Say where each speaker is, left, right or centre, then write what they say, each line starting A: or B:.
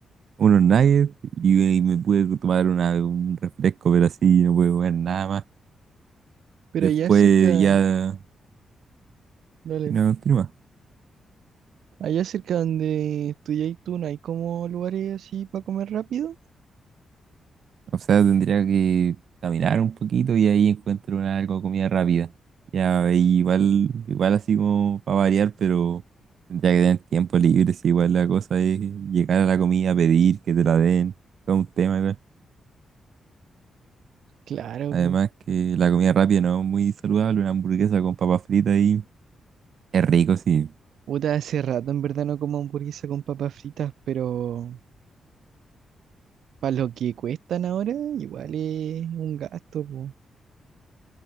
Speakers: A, on the right; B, on the right.
A: unos nuggets y, ahí me pude tomar una- un refresco, pero así no pude comer nada más.
B: Pero
A: Después
B: allá cerca,
A: ya
B: Mira. dale,
A: no continúa.
B: allá cerca donde estudiáis tú, ¿no hay como lugares así para comer rápido?
A: O sea, tendría que caminar un poquito y ahí encuentro una, algo de comida rápida. Ya ahí igual, igual así como para variar, pero tendría que tener tiempo libre. Si igual la cosa es llegar a la comida, pedir que te la den, todo un tema igual.
B: Claro,
A: Además
B: po.
A: que la comida rápida no es muy saludable, una hamburguesa con papas fritas ahí es rico, sí.
B: Puta, hace rato en verdad no como hamburguesa con papas fritas, pero para lo que cuestan ahora, igual es un gasto, po.